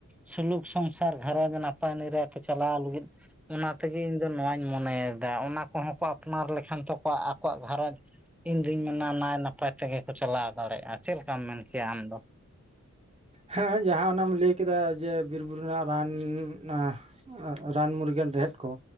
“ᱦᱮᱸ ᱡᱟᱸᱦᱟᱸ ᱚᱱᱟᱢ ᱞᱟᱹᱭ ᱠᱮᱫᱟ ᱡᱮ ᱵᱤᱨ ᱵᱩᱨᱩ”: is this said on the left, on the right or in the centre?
Right